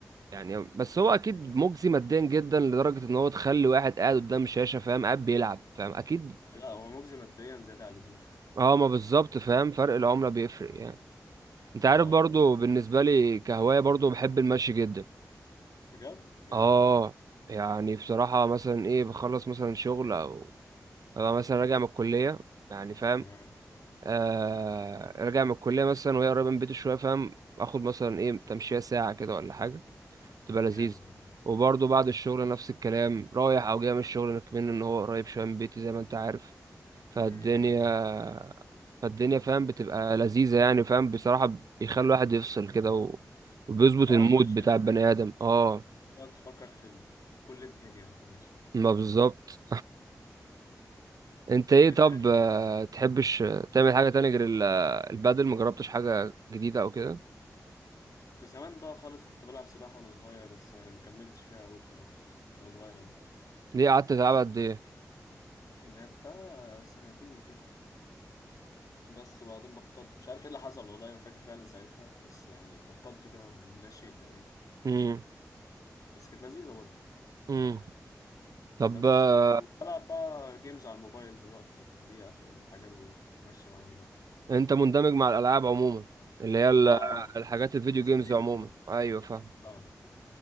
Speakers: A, on the right; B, on the left.
A: يعني بس هو اكيد مجزي ماديا جدا لدرجة ان هو تخلي واحد قاعد قدام شاشة فاهم قاعد بيلعب فاهم اكيد
B: لا هو مجزي ماديا زياده عن اللزوم <laughs>
A: اه ما بالظبط فاهم فرق العملة بيفرق يعني انت
B: اه
A: عارف برضو بالنسبة لي كهواية برضو بحب المشي جدا
B: بجد جامد
A: اه
B: والله
A: يعني بصراحة مثلا ايه بخلص مثلا شغل او أبقى مثلا راجع من الكلية يعني فاهم
B: تمام
A: آه راجع من الكلية مثلا وهي قريبة من بيتي شوية فاهم اخد مثلا ايه تمشية ساعة كده ولا حاجة تبقى
B: جامد
A: لذيذ
B: والله
A: وبرضه بعد الشغل نفس الكلام رايح او جاي من الشغل كمان ان هو قريب شوية من بيتي زي ما انت عارف فالدنيا
B: امم
A: فالدنيا فاهم بتبقى لذيذة يعني فاهم بصراحة بيخلي الواحد يفصل كده و... وبيظبط
B: اه
A: المود
B: المشي
A: بتاع
B: لذيذ
A: البني آدم اه
B: تقعد تفكر في ال... كل الدنيا وانت ماشي
A: ما بالظبط انت ايه
B: ايه
A: طب
B: تاني يا
A: آه،
B: عم؟
A: تحبش تعمل حاجة تانية غير ال- البادل مجربتش حاجة جديدة او كده
B: كنت زمان بقى خالص كنت بلعب سباحة وانا صغير بس يعني ما كملتش فيها قوي بصراحة وانا صغير قوي
A: ليه قعدت تلعب قد ايه
B: لعبتها سنتين كده بس وبعدين بطلت مش عارف ايه اللي حصل والله ما فاكر فعلا ساعتها بس يعني بطلت كده من لا شيء تقريبا
A: امم
B: بس كانت لذيذة برضه
A: امم
B: بس
A: طب آه،
B: بلعب بقى جيمز على الموبايل دلوقتي دي أف- الحاجة اللي ماشية معايا دلوقتي
A: انت مندمج مع الالعاب عموما اللي هي ال-
B: اه
A: الحاجات الفيديو
B: بتسليني
A: جيمز عموما
B: بصراحة
A: ايوه فاهم
B: اه ما